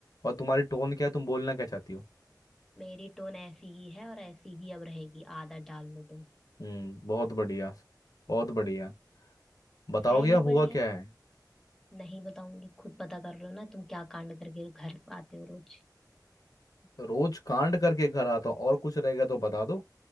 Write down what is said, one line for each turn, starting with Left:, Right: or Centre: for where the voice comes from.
Left: और तुम्हारी टोन क्या है तुम बोलना क्या चाहती हो
Centre: मेरी टोन ऐसी ही है और ऐसी ही अब रहेगी आदत डाल लो तुम
Left: हम्म बहुत बढ़िया बहुत बढ़िया बताओगे
Centre: है ही
Left: अब हुआ
Centre: बढ़िया
Left: क्या है
Centre: नहीं बताऊंगी खुद पता कर रहे हो ना तुम क्या कांड करके घर आते हो रोज
Left: रोज कांड करके घर आता हूँ और कुछ रहेगा तो बता दो